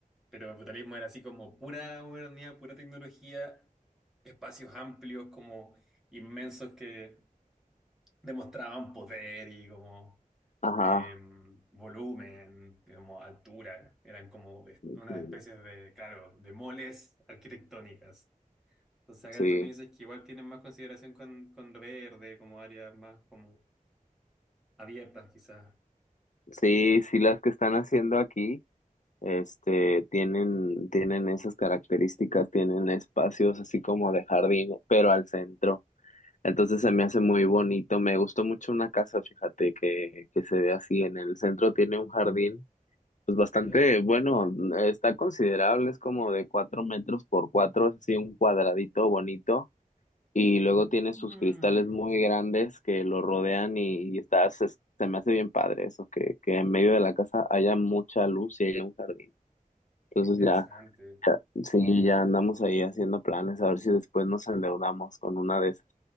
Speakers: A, in the centre; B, on the left.
A: pero el brutalismo era así como pura modernidad, pura tecnología espacios amplios, como inmensos que demostraban poder y como
B: ajá,
A: eh, volumen, como altura. Eran como es-
B: ujú,
A: una especie de, claro, de moles arquitectónicas. Entonces acá
B: sí,
A: tú me dices que igual tienen más consideración con, con lo verde, como áreas más como abiertas quizás.
B: sí, sí, las que están haciendo aquí, este, tienen, tienen esas características, tienen espacios así como de jardín, pero al centro. Entonces se me hace muy bonito, me gustó mucho una casa, fíjate, que, que se ve así en el centro, tiene un jardín Pues bastante
A: ¿Ya?
B: bueno, está considerable, es como de cuatro metros por cuatro, es así un cuadradito bonito, y luego
A: Mm,
B: tiene sus cristales muy grandes que lo rodean y, y está, se, se me hace bien padre eso, que, que en medio de la casa haya mucha luz y haya un jardín. Entonces
A: interesante.
B: ya, ya, sí, ya andamos ahí haciendo planes, a ver si después nos endeudamos con una de esas.